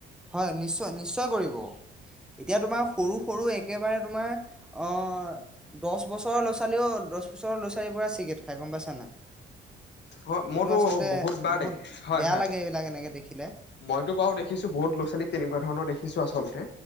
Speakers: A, in the centre; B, on the left.
A: হয় নিশ্চয়-নিশ্চয় কৰিব, এতিয়া তোমাৰ সৰু-সৰু একেবাৰে তোমাৰ, অ' দহ বছৰৰ ল'ৰা ছোৱালীও দছ <unintelligible> পৰা চিগেট খায়, গম পাইছা নাই
B: অ
A: সেইটো
B: মইতো
A: আচলতে
B: বহুত বাৰ দে, হয়,
A: বেয়া
B: হয়,
A: লাগে এইবিলাক এনেকে দেখিলে
B: মইতো বাৰু দেখিছো বহুত ল'ৰা-ছোৱালী তেনেকুৱা ধৰণৰ দেখিছো আচলতে